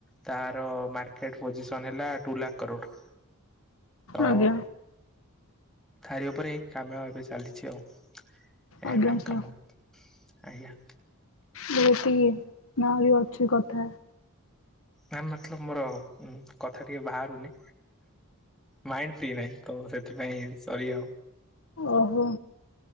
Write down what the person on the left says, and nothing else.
ଆଜ୍ଞା
ଆଜ୍ଞା
ସାର୍।
ନା ଏତିକି ନା ଅଛି କଥା?
ଓହୋ